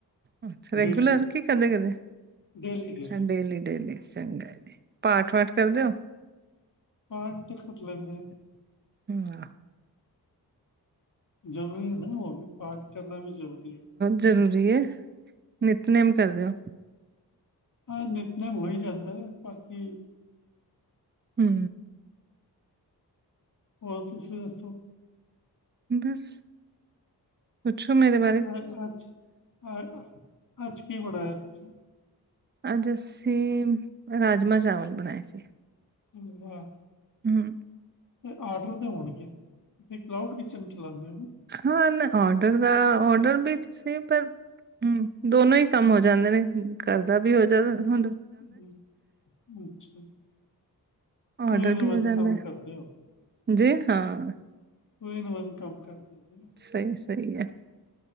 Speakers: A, on the right; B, on the left.
A: ਅੱਛਾ, ਰੇਗੂਲਰ
B: ਡੇਲੀ,
A: ਕੀ ਕਦੇ-ਕਦੇ?
B: ਡੇਲੀ-ਡੇਲੀ।
A: ਸ Daily daily Sunday. ਪਾਠ-ਵਾਠ ਕਰਦੇ ਓ?
B: ਪਾਠ ਤ ਕਰ ਲੈਂਦੇ ਆ।
A: <inaudible>
B: ਜ਼ਰੂਰੀ ਏ ਨਾਜ ਓ ਵੀ ਪਾਠ ਕਰਨਾ ਵੀ ਜਰੂਰੀ ਏ।
A: ਜਰੂਰੀ ਏ, ਨਿਤਨੇਮ ਕਰਦੇ ਓ?
B: ਹਾਂ, ਨਿੱਤਨੇਮ ਹੋ ਹੀ ਜਾਂਦੈ ਬਾਕੀ
A: ਹੂੰ।
B: ਹੋਰ ਤੁਸੀਂ ਦੱਸੋ?
A: ਬੱਸ ਪੁੱਛੋ ਮੇਰੇ ਵ
B: ਅ ਅੱਜ, ਅ ਅੱਜ ਕੀ ਬਣਾਏ ਆ ਤੁਸੀ?
A: ਅੱਜ ਅਸੀਂ, ਰਾਜਮਾਂ-ਚਾਵਲ ਬਣਾਏ ਸੀ।
B: ਹੂੰ, ਵਾ।
A: ਹੂ
B: ਫੇ ਆਰਡਰ ਦੇ ਹੋਣਗੇ, ਤੁਂਸੀ ਕਲਾਊਡ ਕਿਚਨ ਚਲਾਉਂਦੇ ਹੋ ਨਾ।
A: ਹਾਂ ਨਾ ਔਡਰ ਦਾ, ਔਡਰ ਵੀ ਸੀ ਪਰ ਹੂ, ਦੋਨੋ ਹੀ ਕੰਮ ਹੋ ਜਾਂਦੇ ਨੇ, ਘਰ ਦਾ ਵੀ ਹੋ ਜਾਂਦਾ ਹੁਣ
B: ਹੂ, ਅੱਛਾ।
A: ਆਰਡਰ
B: ਕੋਈ ਨਵਾਂ
A: ਵੀ ਹੋ ਜਾਂਦਾ
B: ਕੰਮ ਕਰਦੇ ਹੋ।
A: ਹੈ। ਜੀ ਹਾਂ,
B: ਟੂ ਇਨ ਵਨ ਕੰਮ ਕਰਦੇ ਹਾਂ।
A: ਸਹੀ-ਸਹੀ ਹੈ